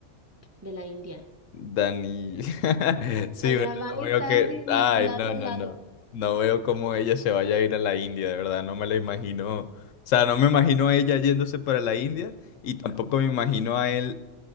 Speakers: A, on the right; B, on the left.
A: de la India.
B: Dani. <laughs> Sí,
A: O sea,
B: bueno,
A: van
B: no
A: a
B: veo
A: estar
B: que...
A: de
B: Ay,
A: lado
B: no,
A: a
B: no,
A: lado.
B: no. No veo cómo ella se vaya a ir a la India, de verdad, no me la imagino. O sea, no me imagino a ella yéndose para la India y tampoco me imagino a él